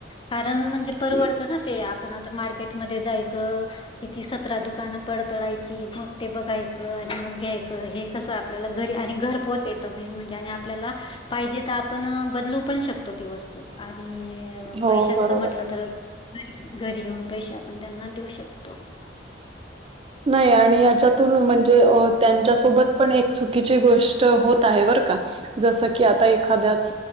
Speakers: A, on the left; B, on the right.
A: कारण म्हणजे परवडत
B: हं.
A: ना ते आप मार्केट मध्ये जायचं तिथी सतरा दुकानं पडतळायची. ते बघायचं आणि मग घ्यायचं हे कसं आपल्याला घरी आणि घर पोहोच येतं मेन म्हणजे आणि आपल्याला पाहिजे तर आपण बदलू पण शकतो ती वस्तू आणि
B: हो
A: पैशांचं
B: बरोबर.
A: म्हटलं तर घरी येऊन पैसे आपण त्यांना देऊ शकतो.
B: नाही आणि याच्यातून म्हणजे त्यांच्यासोबत पण एक चुकीची गोष्ट होत आहे बर का. जसं की आता एखाद्याच